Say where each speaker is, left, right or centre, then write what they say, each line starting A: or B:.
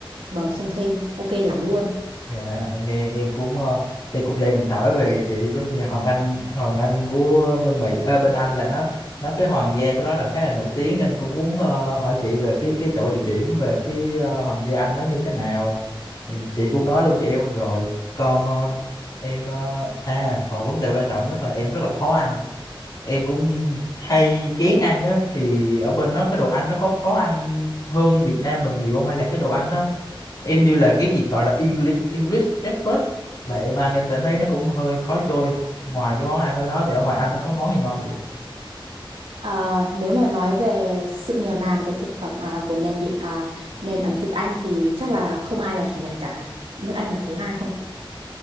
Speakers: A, on the right; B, on the left.
A: bờ sông Thêm ok lắm luôn
B: dạ em nghe em cũng ờ, em cũng đang định hỏi về chị giống như Hoàng Anh Hoàng Anh của bên Mỹ ờ, bên Anh là nó nó cái hoàng gia của nó là khá là nổi tiếng nên cũng muốn ờ, hỏi chị về cái cái chỗ địa điểm về cái ờ, hoàng gia Anh nó như thế nào thì chị cũng nói luôn cho em rồi còn ờ, em ờ, à còn vấn đề quan trọng nhất là em rất là khó ăn em cũng hay kén ăn á thì ở bên đó cái đồ ăn nó có khó ăn hơn Việt Nam mình nhiều không hay là cái đồ ăn nó em như là cái gì gọi là English English breakfast là em ăn em thấy thấy nó cũng hơi khó trôi ngoài cái món ăn ở đó thì ở ngoài Anh nó có món gì ngon không chị
A: Ờ, nếu mà nói về sự nghèo nàn của thực phẩm à, của nền điện à, nền ẩm thực Anh thì chắc là không ai là chủ nhật cả nước Anh là thứ hai không